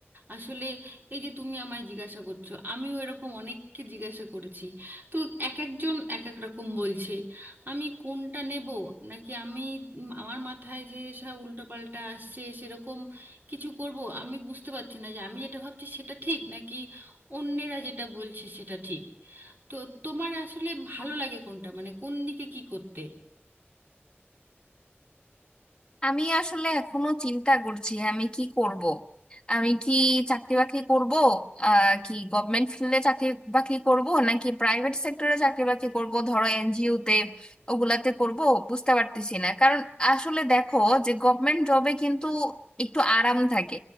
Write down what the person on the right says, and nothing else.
আসলে এই যে তুমি আমায় জিজ্ঞাসা করছো আমিও এরকম অনেককে জিজ্ঞাসা করেছি তো এক একজন এক এক রকম বলছে আমি কোনটা নেব নাকি আমি উম, আমার মাথায় যে সব উল্টোপাল্টা আসছে সেরকম কিছু করব আমি বুঝতে পারছি না যে আমি যেটা ভাবছি সেটা ঠিক নাকি অন্যেরা যেটা বলছে সেটা ঠিক তো তোমার আসলে ভালো লাগে কোনটা মানে কোন দিকে কি করতে